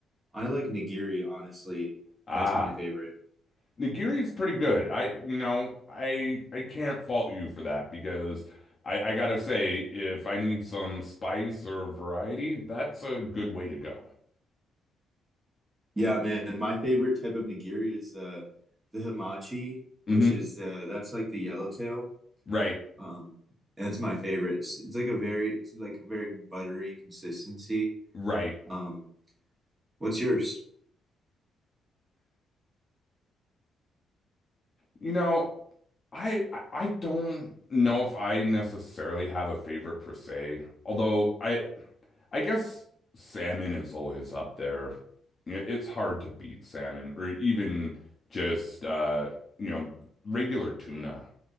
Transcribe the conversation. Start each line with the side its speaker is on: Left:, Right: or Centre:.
Right: I like nigiri, honestly.
Left: Ah.
Right: That's my favorite.
Left: Nigiri's pretty good. I, you know, I I can't fault you for that because I I gotta say, if I need some spice or variety, that's a good way to go.
Right: Yeah, man, my favorite type of nigiri is uh, the hamachi, which
Left: hmm
Right: is uh, that's like the yellowtail.
Left: Right,
Right: Um, that's my favorite. It's, it's like a very it's like a very buttery consistency.
Left: right.
Right: Um, what's yours?
Left: You know, I I I don't know if I necessarily have a favorite per se, although I I guess salmon is always up there. You know, it's hard to beat salmon or even just uh, you know, regular tuna.